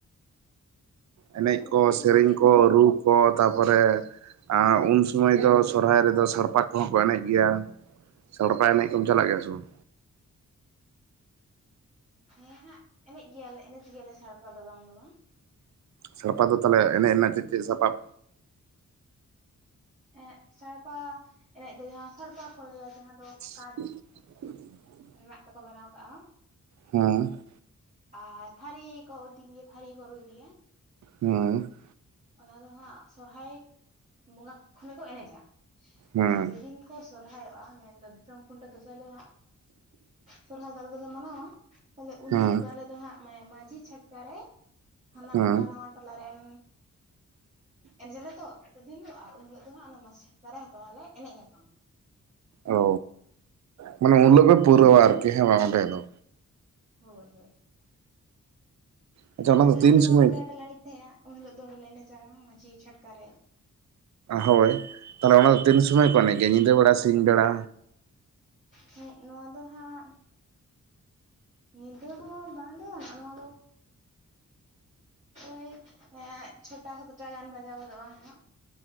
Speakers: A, on the right; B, on the right.
A: ᱮᱱᱮᱡ
B: ᱚᱱᱟ
A: ᱠᱚ
B: ᱢᱟᱧ
A: ᱥᱮᱨᱮᱧ
B: ᱵᱩᱡ ᱠᱮᱫ
A: ᱠᱚ
B: ᱛᱟᱢᱟ
A: ᱨᱩ ᱠᱚ ᱛᱟᱨᱯᱚᱨᱮ ᱟᱸ ᱩᱱ ᱥᱚᱢᱚᱭ ᱫᱚ ᱥᱚᱨᱦᱟᱭ ᱨᱮᱫᱚ ᱥᱟᱲᱯᱟ ᱠᱚ ᱦᱚᱸ ᱠᱚ ᱮᱱᱮᱡ ᱜᱮᱭᱟ ᱾ ᱥᱟᱲᱯᱟ ᱮᱱᱮᱡ ᱠᱚᱢ ᱪᱟᱞᱟᱜ ᱜᱮᱭᱟ ᱥᱮ ᱵᱟᱝ?
B: ᱦᱮᱸ ᱦᱟᱸᱜ ᱮᱱᱮᱡ ᱜᱮᱭᱟᱞᱮ ᱮᱱᱮᱡ ᱜᱮᱭᱟᱞᱮ ᱥᱟᱲᱯᱟ ᱫᱚ ᱵᱟᱝ ᱫᱚ ᱵᱟᱝ ᱾
A: ᱥᱟᱲᱯᱟ ᱫᱚ ᱛᱟᱦᱞᱮ ᱮᱱᱮᱡ ᱨᱮᱱᱟᱜ ᱪᱮᱫ ᱪᱮᱫ ᱥᱟᱯᱟᱵ?
B: ᱮᱻ ᱥᱟᱲᱯᱟ ᱮᱱᱮᱡ ᱫᱚ ᱡᱟᱦᱟᱸ ᱥᱟᱲᱯᱟ ᱠᱚ ᱞᱟᱹᱭᱟ ᱡᱟᱦᱟᱸ ᱫᱚ
A: <unintelligible>
B: ᱠᱟᱴ ᱨᱮᱱᱟᱜ ᱛᱮᱠᱚ ᱵᱮᱱᱟᱣ ᱠᱟᱜᱼᱟ
A: ᱦᱮᱸ
B: ᱟᱨ ᱛᱷᱟᱹᱨᱤ ᱠᱚ ᱤᱫᱤ ᱜᱮᱭᱟ ᱛᱷᱟᱹᱨᱤ ᱦᱚᱸᱠᱚ ᱨᱩᱭ ᱜᱮᱭᱟ ᱾
A: ᱦᱮᱸᱻ
B: ᱚᱱᱟ ᱫᱚ ᱦᱟᱸᱜ ᱥᱚᱨᱦᱟᱭ ᱵᱚᱸᱜᱟ ᱠᱷᱚᱱᱮ ᱠᱚ ᱮᱱᱮᱡᱟ ᱾
A: ᱦᱮᱸ
B: ᱟᱨ ᱡᱮᱫᱤᱱ ᱠᱚ ᱥᱚᱨᱦᱟᱭᱚᱜᱼᱟ ᱢᱮᱱᱫᱚ ᱫᱤᱥᱚᱢ ᱠᱷᱩᱱᱴᱟᱹᱣ ᱫᱚᱥᱟᱨ ᱦᱤᱞᱚᱜ ᱦᱟᱸᱜ᱾ ᱥᱚᱨᱦᱟᱭ ᱫᱚ ᱟᱞᱮ ᱟᱫᱚᱞᱮ ᱢᱟᱱᱟᱣᱟ ᱛᱟᱞᱮ ᱩᱱ
A: ᱦᱮᱸ
B: ᱦᱤᱞᱚᱜ ᱫᱚ ᱟᱞᱮ ᱫᱚ ᱦᱟᱸᱜ ᱢᱟᱭ ᱢᱟᱹᱡᱷᱤ ᱪᱷᱟᱴ ᱠᱟᱨᱮ ᱦᱟᱱᱟ
A: ᱦᱮᱸ
B: ᱴᱚᱞᱟ ᱱᱟᱣᱟ ᱴᱚᱞᱟ ᱨᱮᱱ ᱮᱱᱮᱡᱟᱞᱮ ᱛᱚ <unintelligible> ᱫᱤᱱ ᱫᱚ ᱟᱨ ᱩᱱ ᱦᱤᱞᱚᱜ ᱫᱚ ᱦᱟᱸᱜ ᱚᱱᱟ ᱢᱟᱪᱷ ᱪᱷᱟᱴᱠᱟ ᱨᱮ ᱦᱚᱛᱚ ᱞᱮ ᱮᱱᱮᱡ ᱧᱟᱯᱟᱢᱟ ᱾
A: ᱚ ᱢᱟᱱᱮ ᱩᱱᱞᱚᱜ ᱯᱩᱨᱟᱹᱣᱟ ᱟᱨᱠᱤ <unintelligible> ᱵᱟᱝ ᱚᱸᱰᱮ ᱫᱚ
B: ᱦᱚᱭ ᱦᱚᱭ
A: ᱟᱪᱪᱷᱟ ᱚᱱᱟ
B: ᱢᱟᱱ
A: ᱫᱚ
B: ᱞᱟᱦᱟ
A: ᱛᱤᱱ
B: ᱛᱮᱫᱚ
A: ᱥᱚᱢᱚᱭ
B: ᱦᱟᱸᱰᱮ ᱱᱟᱰᱮ ᱞᱮ ᱮᱱᱮᱡ ᱛᱟᱦᱮᱸᱜᱼᱟ ᱩᱱ ᱦᱤᱞᱚᱜ ᱫᱚ ᱚᱸᱰᱮ ᱞᱮ ᱮᱱᱮᱡᱟ ᱢᱟᱹᱡᱷᱤ ᱪᱷᱟᱴᱠᱟ ᱨᱮ ᱾
A: ᱦᱚᱭ ᱛᱟᱦᱞᱮ ᱚᱱᱟ ᱫᱚ ᱛᱤᱱ ᱥᱚᱢᱚᱭ ᱠᱚ ᱮᱱᱮᱡ ᱜᱮ ᱧᱤᱫᱟᱹ ᱵᱮᱲᱟ ᱥᱤᱧ ᱵᱮᱲᱟ?
B: ᱦᱮᱸᱜ ᱱᱚᱣᱟ ᱫᱚ ᱦᱟᱸᱜ ᱧᱤᱫᱟᱹ ᱦᱚᱸ ᱵᱟᱝ ᱫᱚ <unintelligible> ᱱᱚᱣᱟ ᱫᱚ ᱳᱭ ᱪᱷᱚᱴᱟ ᱥᱟᱛᱴᱟ ᱜᱟᱱ ᱵᱟᱡᱟᱣ ᱜᱚᱫᱚᱜᱼᱟ ᱦᱟᱸᱜ